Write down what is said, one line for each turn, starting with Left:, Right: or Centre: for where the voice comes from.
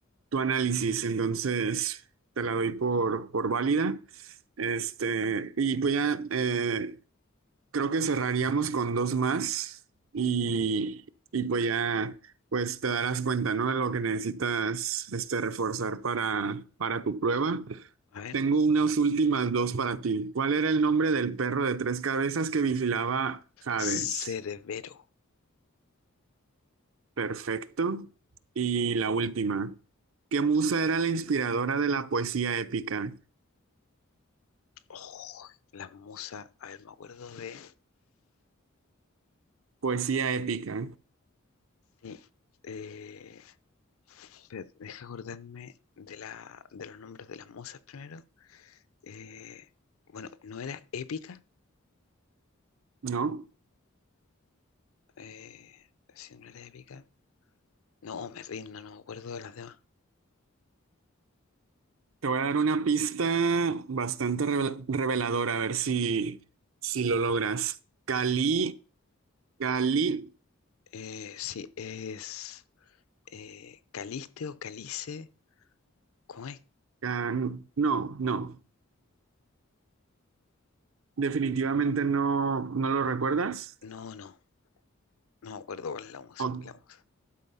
Right: tu análisis. Entonces, te la doy por, por válida. Este, y pues ya, eh, Creo que cerraríamos con dos más y, y pues ya pues te darás cuenta, ¿no? De lo que necesitas este, reforzar para, para tu prueba.
Left: A ver,
Right: Tengo unas últimas dos para ti. ¿Cuál era el nombre del perro de tres cabezas que vigilaba Hades?
Left: Cerbero.
Right: Perfecto. Y la última. ¿Qué musa era la inspiradora de la poesía épica?
Left: Oh, la musa, a ver, me acuerdo de...
Right: Poesía épica,
Left: de, eh, espera, deja acordarme de, la, de los nombres de las musas primero. Eh, bueno, ¿no era épica?
Right: ¿no?
Left: Eh, si no era épica. No, me rindo, no me acuerdo de las demás.
Right: Te voy a dar una pista bastante revel- reveladora, a ver si, si lo logras. Cali, Cali,
Left: Eh, sí, es eh, Caliste o Calice. ¿Cómo es?
Right: Can- no, no, definitivamente no, no lo recuerdas.
Left: No, no, no me acuerdo cuál es la musa.
Right: O-
Left: La musa.